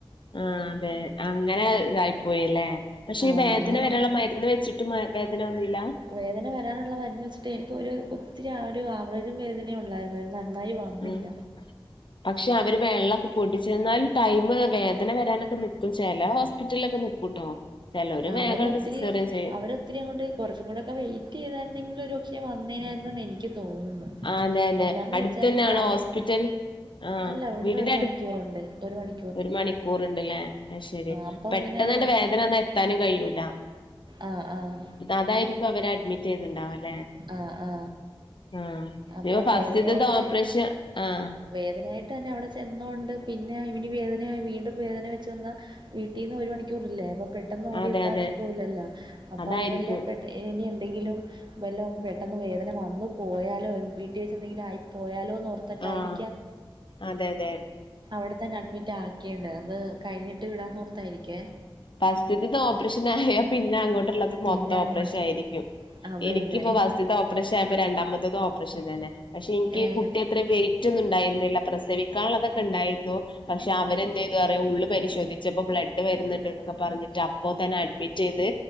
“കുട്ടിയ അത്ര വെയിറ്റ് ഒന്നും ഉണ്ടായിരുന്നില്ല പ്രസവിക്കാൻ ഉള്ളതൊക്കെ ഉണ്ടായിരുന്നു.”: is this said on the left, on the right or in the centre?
Left